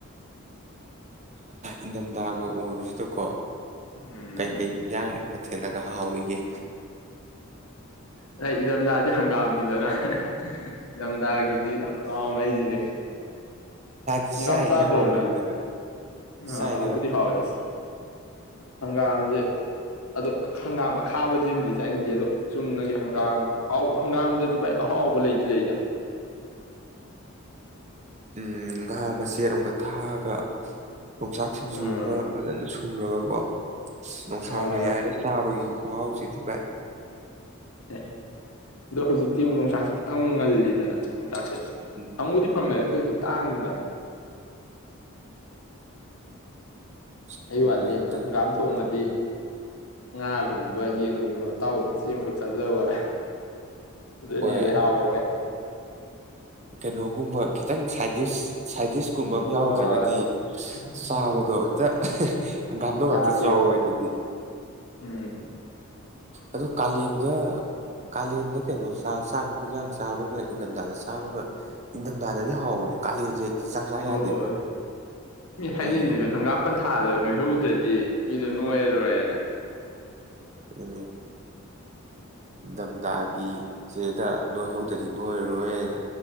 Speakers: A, on the right; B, on the left.
A: ꯏꯪꯊꯝꯊꯥꯒ ꯑꯣꯏꯕꯁꯤꯗꯀꯣ
B: ꯎꯝ
A: ꯀꯩꯀꯩ ꯏꯟꯖꯥꯡ ꯃꯊꯦꯜꯂꯒ ꯍꯥꯎꯔꯤꯒꯦ
B: ꯑꯁ ꯏꯪꯗꯝꯗꯥꯗꯤ ꯍꯪꯒꯥꯝꯅꯤꯗꯅ ꯏꯪꯗꯝꯗꯒꯗꯤ ꯑꯥꯎ ꯃꯩꯖꯅꯦ
A: ꯆꯥꯗꯤ
B: ꯍꯪꯒꯥꯝ
A: ꯆꯥꯔꯤꯉꯩ
B: ꯆꯥꯗ꯭ꯔꯣꯅꯦ
A: ꯍꯥꯎꯕꯅꯤꯗ ꯚꯥꯏ
B: ꯅꯪꯍꯥꯎꯕꯨꯗꯤ
A: ꯆꯥꯏꯗ ꯚꯥꯏ
B: ꯍꯥꯎꯋꯦ ꯑꯁ ꯍꯪꯒꯥꯝꯁꯦ ꯑꯗꯣ ꯍꯪꯒꯥꯝ ꯑꯈꯥꯕꯁꯤꯃꯗꯤ ꯆꯥꯏꯟꯗꯦ ꯑꯗꯣ ꯆꯨꯝꯅꯒꯤ ꯍꯪꯒꯥꯝ ꯑꯍꯥꯎꯕ ꯍꯪꯒꯥꯝꯗꯁꯨ ꯚꯥꯏ ꯑꯍꯥꯎꯕ ꯂꯩꯗꯤ ꯂꯩꯗ
A: ꯎꯝ ꯉꯥ ꯃꯆꯦꯠ ꯑꯃꯒ ꯊꯥꯛꯑꯥꯒ ꯌꯣꯡꯆꯥꯛ ꯁꯤꯡꯖꯨ
B: ꯎꯝ
A: ꯑꯃ ꯐꯖꯅ ꯁꯨꯔꯒꯀꯣ ꯅꯨꯡꯁꯥꯒ
B: ꯍꯣꯏ
A: ꯌꯥꯏꯔ ꯆꯥꯕꯒꯤ ꯈꯨꯍꯥꯑꯣ ꯁꯤꯊꯤ ꯚꯥꯏ
B: ꯑꯦ ꯑꯗꯣ ꯍꯧꯖꯤꯛꯇꯤ ꯌꯣꯡꯆꯥꯛꯁꯤ ꯈꯤꯇꯪ ꯉꯜꯂꯤꯗꯅ ꯆꯥꯛꯁꯦ
A: ꯎꯝ
B: ꯐꯪꯉꯨꯗꯤ ꯐꯪꯉꯦ ꯑꯗꯨꯑꯣꯏꯁꯨ ꯇꯥꯡꯉꯤꯗꯅꯥ
A: ꯅꯨꯡꯉꯥꯏꯇꯧꯋꯤ
B: ꯑꯩ ꯋꯥꯗꯤ ꯍꯪꯒꯥꯝ ꯊꯣꯡꯉꯗꯤ ꯉꯥꯒꯨꯝꯕ ꯌꯦꯟꯒꯨꯝꯕ ꯑꯇꯥꯎꯕ ꯃꯆꯦ ꯑꯃꯈꯛ ꯆꯥꯖꯕ ꯑꯗꯨ ꯑꯗꯨꯅꯤ
A: ꯍꯣꯏ
B: ꯂꯩ ꯍꯥꯎꯏ ꯚꯏ
A: ꯀꯩꯅꯣꯒꯨꯝꯕ ꯈꯤꯇꯪ ꯁꯥꯏꯗꯤꯤꯁ ꯁꯥꯏꯗꯤꯁꯀꯨꯝꯕ ꯑꯃ
B: ꯍꯣꯏ
A: ꯌꯥꯎꯗ꯭ꯔꯒꯗꯤ
B: ꯎꯝ
A: ꯆꯥꯕꯗꯣ ꯍꯦꯛꯇ ꯍꯪꯒꯥꯝꯗꯣ ꯉꯥꯛꯇ
B: ꯌꯥꯗꯦꯕ
A: ꯆꯥꯎꯋꯦ ꯍꯥꯏ ꯑꯗꯨꯗꯤ
B: ꯎꯝ
A: ꯑꯣ ꯀꯥꯂꯦꯟꯗ ꯀꯥꯂꯦꯟꯗ ꯀꯩꯅꯣ ꯆꯥꯛ ꯏꯟꯁꯥꯡ ꯆꯥꯕꯒ ꯏꯪꯊꯝꯊꯥꯗ ꯆꯥꯕꯒ ꯏꯪꯊꯝꯊꯥꯗꯗꯤ ꯍꯥꯎꯕꯅꯦ ꯀꯥꯂꯦꯟꯁꯦ ꯆꯥꯛ ꯆꯥ
B: ꯍꯣꯏ
A: ꯌꯥꯗꯦꯕ
B: ꯃꯤ
A: ꯀꯩꯒꯤꯅꯣ
B: ꯍꯥꯏꯅꯤꯗꯨꯚ
A: ꯈꯪꯗꯦ
B: ꯍꯪꯒꯥꯝ ꯄꯟꯊꯥꯗ ꯅꯣꯏ ꯍꯧꯗꯔꯗꯤ ꯃꯤꯗꯨ ꯅꯣꯏꯔ ꯔꫭꯏꯅ
A: ꯑꯗꯨ ꯏꯊꯝꯊꯥꯒꯤ ꯆꯦꯗ ꯅꯣꯏꯍꯧꯗꯗꯤ ꯅꯣꯏꯔꯔꯣꯏꯅ